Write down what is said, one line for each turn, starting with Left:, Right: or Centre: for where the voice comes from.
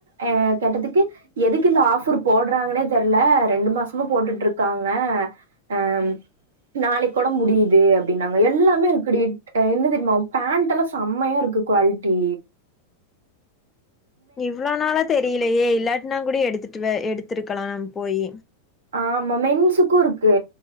Right: அ கேட்டதுக்கு எதுக்கு இந்த ஆஃபர் போடுறாங்கன்னே தெரில ரெண்டு மாசமா போட்டுட்டு இருக்காங்க அ நாளைக்கு கூட முடியுது அப்டின்னாங்க எல்லாமே இருக்குடி என்ன தெரியுமா பேண்ட்லா செம்மையா இருக்கு குவால்ட்டி
Left: இவ்ளோ நாளா தெரியலையே இல்லாட்டனா கூட எடுத்துட்டு எடுத்திருக்கலா போய்
Right: ஆமா மென்சுக்கு இருக்கு